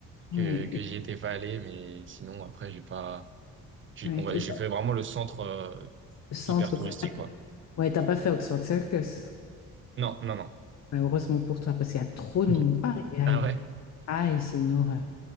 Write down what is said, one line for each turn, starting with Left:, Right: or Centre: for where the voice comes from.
Left: Ouais,
Right: que, que j'y étais pas allé, mais sinon, après, j'ai pas, j'ai,
Left: ouais,
Right: on va,
Left: et
Right: j'ai
Left: pas
Right: fait vraiment le centre, euh,
Left: le centre,
Right: hyper touristique,
Left: quoi.
Right: quoi.
Left: Ouais, t'as pas fait Oxford Circus.
Right: Non, non, non.
Left: Ouais, heureusement pour toi, parce qu'il y a trop de
Right: <laughs>
Left: monde. Aïe, aïe,
Right: Ah ouais?
Left: aïe, c'est une horreur.